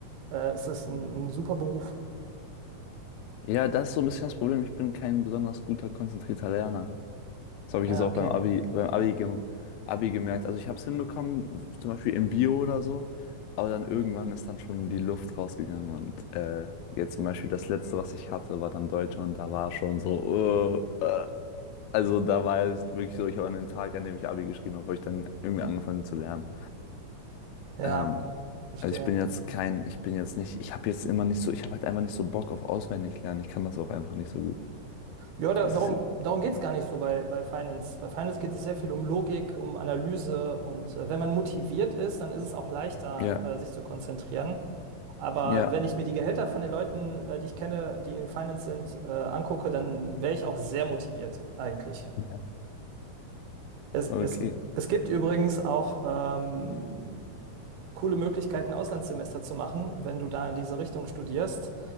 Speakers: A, on the right; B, on the left.
A: äh, ist das ein, ein super Beruf.
B: Ja, das ist so ein bisschen das Problem. Ich bin kein besonders guter, konzentrierter Lerner. Das habe
A: Ja,
B: ich jetzt auch
A: okay.
B: beim Abi, beim Abi, gem Abi gemerkt. Also ich habe es hinbekommen, zum Beispiel im Bio oder so, aber dann irgendwann ist dann schon die Luft rausgegangen und äh, jetzt zum Beispiel das letzte, was ich hatte, war dann Deutsch und da war schon so, äh, äh. Also da war es wirklich so, ich habe an den Tag, an dem ich Abi geschrieben habe, habe ich dann irgendwie angefangen zu lernen.
A: Ja,
B: Ähm,
A: verstehe.
B: also ich bin jetzt kein, ich bin jetzt nicht, ich habe jetzt immer nicht so, ich habe halt einfach nicht so Bock auf auswendig lernen. Ich kann das auch einfach nicht so gut.
A: Ja, da,
B: Das
A: darum,
B: ist,
A: darum geht es gar nicht so bei, bei Finance. Bei Finance geht es sehr viel um Logik, um Analyse und äh, wenn man motiviert ist, dann ist es auch leichter,
B: ja,
A: äh, sich zu konzentrieren. Aber
B: ja,
A: wenn ich mir die Gehälter von den Leuten, äh, die ich kenne, die in Finance sind, äh, angucke, dann wäre ich auch sehr motiviert eigentlich.
B: <laughs>
A: Es,
B: okay,
A: es, es gibt übrigens auch ähm, coole Möglichkeiten, Auslandssemester zu machen, wenn du da in diese Richtung studierst.